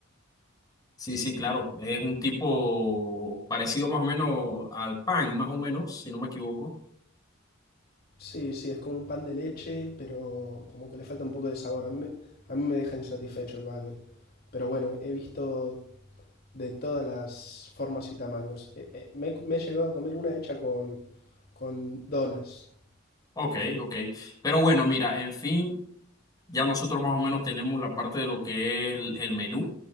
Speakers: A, on the left (about 20°); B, on the left (about 45°).
A: Sí, sí, claro. Es un tipo parecido más o menos al pan, más o menos, si no me equivoco.
B: Sí, sí, es como un pan de leche, pero como que le falta un poco de sabor. A mí me, a mí me deja insatisfecho el bagel. Pero bueno, he visto de todas las formas y tamaños. Eh, eh, me, he me he llegado a comer una hecha con, con donas.
A: Ok, ok. Pero bueno, mira, en fin, Ya nosotros más o menos tenemos la parte de lo que es el, el menú.